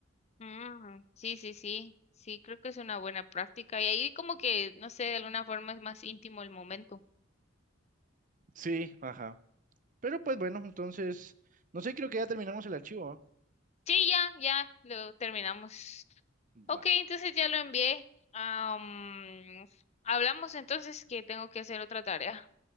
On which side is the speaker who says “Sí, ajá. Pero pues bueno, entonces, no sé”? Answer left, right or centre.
Right